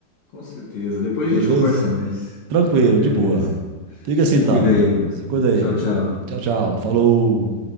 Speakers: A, on the left (about 80°); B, on the right (about 70°).
A: Com certeza. Depois
B: Beleza?
A: a gente conversa mais.
B: Tranquilo,
A: Beleza.
B: de boa. Fica
A: Se
B: assim então.
A: cuida aí, mano.
B: Se cuida aí.
A: Tchau, tchau.
B: Tchau, tchau. Falou.